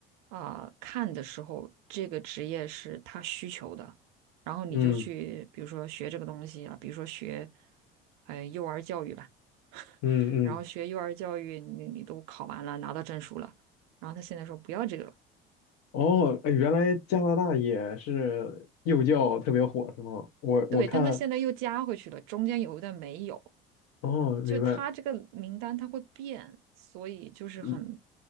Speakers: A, on the right; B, on the left.
A: 啊、看的时候，这个职业是他需求的，然后你就去，
B: 嗯
A: 比如说学这个东西了，比如说学呃幼儿教育吧，
B: 嗯嗯，
A: 然后学幼儿教育你你都考完了，拿到证书了，然后他现在说不要这个了，
B: 哦，哎，原来加拿大也是幼教特别火，是吗？我我看，
A: 对，但他现在又加回去了，中间有一段没有，
B: 哦，明白，
A: 就他这个名单他会变，所以就是很，
B: 嗯